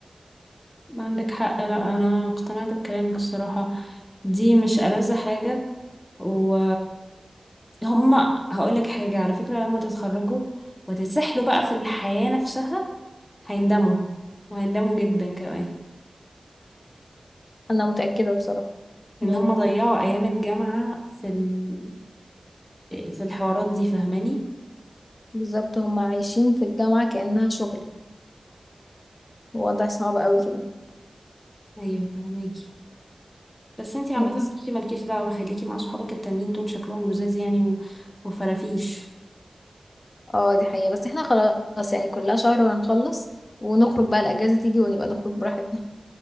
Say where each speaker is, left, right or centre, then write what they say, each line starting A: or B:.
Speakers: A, on the left (about 20°); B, on the left (about 45°).
A: عندك حق لا انا اقتنعت بكلامك الصراحة دي مش ألذ حاجة و هما هقول لك حاجة على فكرة لما تتخرجوا وتتسحلوا بقى في الحياة نفسها هيندموا وهيندموا جدا كمان
B: أنا متأكدة بصراحة
A: ان
B: يعني
A: هما ضيعوا ايام الجامعة في ال... في الحوارات دي فاهماني
B: بالظبط هم عايشين في الجامعة كأنها شغل فوضع صعب قوي كده
A: ايوه فاهماكي بس انتي عامة
B: بس
A: بصي مالكيش دعوة خليكي مع صحابك التانيين دول شكلهم لذاذ يعني و... وفرافيش
B: اه دي حقيقة بس احنا خلاص يعني كلها شهر وهنخلص ونخرج بقى الأجازة تيجي ونبقى نخرج براحتنا